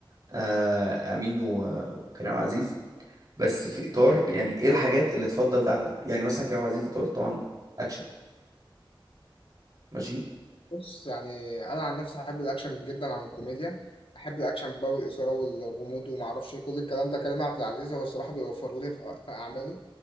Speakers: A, on the right; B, on the left.
A: آه امين و- وكريم عزيز بس في اطار يعني ايه الحاجات اللي تفضل ده على ده يعني مثلا كريم عزيز انت قلت طبعا اكشن ماشي
B: بص يعني انا عن نفسي احب الاكشن جدا عن الكوميديا احب الاكشن بقى والاثاره والغموض وما اعرفش إيه، كل الكلام ده كريم عبد العزيز هو الصراحه بيوفره لي في في اعماله